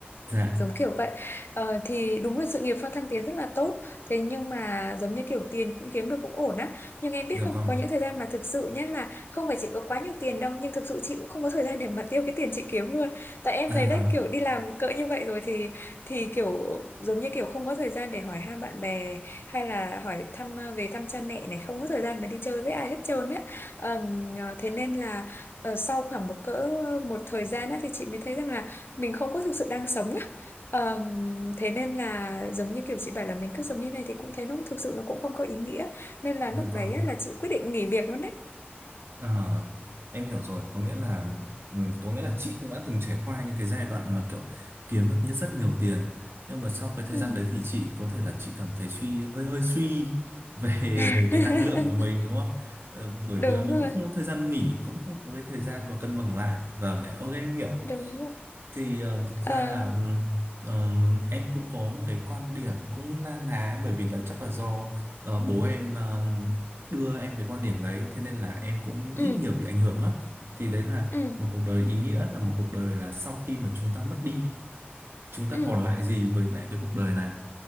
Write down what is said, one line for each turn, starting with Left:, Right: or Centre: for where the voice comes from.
Right: dạ
Left: giống kiểu vậy ờ, thì đúng là sự nghiệp phát Thăng Tiến rất là tốt thế nhưng mà giống như kiểu tiền cũng kiếm được cũng ổn á nhưng em biết
Right: dạ
Left: không
Right: vâng
Left: có những thời gian mà thực sự nhá là không phải chị có quá nhiều tiền đâu nhưng thực sự chị cũng không có thời gian để mà tiêu cái tiền chị kiếm luôn tại em
Right: à
Left: thấy đấy kiểu đi làm cỡ như vậy rồi thì thì kiểu giống như kiểu không có thời gian để hỏi han bạn bè hay là hỏi thăm à, về thăm cha mẹ này không có thời gian mà đi chơi với ai hết trơn á Ờm, ờ, thế nên là ờ, sau khoảng một cỡ một thời gian á thì chị mới thấy rằng là mình không có thực sự đang sống Ờm, thế nên là giống như kiểu chị bảo là mình cứ giống như này thì cũng thấy nó thực sự nó cũng không có ý nghĩa nên là
Right: dạ
Left: lúc
Right: vâng
Left: đấy á, là chị quyết định nghỉ việc luôn đấy
Right: Ờ, em hiểu rồi có nghĩa là ừ, có nghĩa là chị cũng đã từng trải qua những cái giai đoạn mà kiểu kiếm được như rất nhiều tiền nhưng mà sau cái thời
Left: ừ.
Right: gian đấy thì chị có thể là chị cảm thấy suy hơi hơi suy <laughs> về
Left: <laughs>
Right: về cái năng lượng của mình đúng không Ờ, bởi
Left: đúng
Right: vì là mình
Left: rồi
Right: cũng không có thời gian nghỉ cũng không có cái thời gian mà cân bằng lại vâng ok em hiểu
Left: đúng rồi
Right: thì ờ, thực ra
Left: Ờ,
Right: là ừm, ờm, em cũng có một cái quan điểm cũng na ná bởi vì là chắc là do ờ, bố em ờm, đưa em cái quan điểm đấy thế nên là em cũng
Left: ừ
Right: ít nhiều bị ảnh hưởng á thì đấy là
Left: ừ
Right: một cuộc đời ý nghĩa là một cuộc đời là sau khi mà chúng ta mất đi chúng ta
Left: ừ
Right: còn lại gì với lại cái cuộc đời này